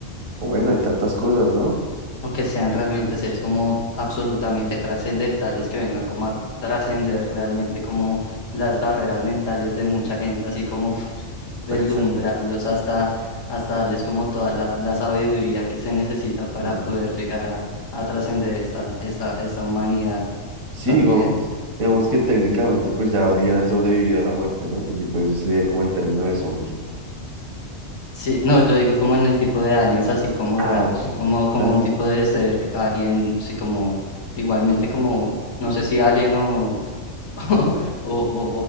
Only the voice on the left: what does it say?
O que sean realmente seres como absolutamente trascendentales, que vengan como a trascender realmente como las barreras mentales de mucha gente, así como uf, deslumbrarlos
hasta, hasta darles como toda la, la sabiduría que se necesita para
poder
llegar a, a trascender esta, esta, esta humanidad
también.
Sí, no, yo digo como en el tipo de aliens así como
raros,
como, como
un tipo de ser alien, sí como igualmente como, no sé si alien <laughs> o, o,